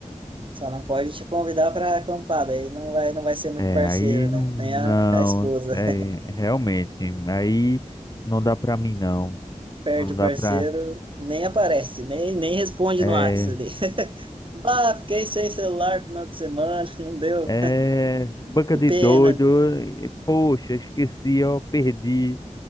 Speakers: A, on the right (about 40°); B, on the left (about 30°).
A: Só não pode te convidar para acampar, aí não vai, não vai ser muito
B: É,
A: parceiro,
B: aí
A: né?
B: não, não,
A: Nem a, a esposa.
B: é
A: <laughs>
B: realmente, aí não dá para mim não.
A: Perde
B: Não
A: o
B: dá
A: parceiro,
B: pra
A: nem aparece, nem, nem responde
B: É,
A: no WhatsApp ali. <laughs> Bah, fiquei sem celular no final de semana, <laughs> não deu.
B: é, banca
A: Que
B: de
A: pena.
B: doido. e, Poxa, esqueci, ó, perdi.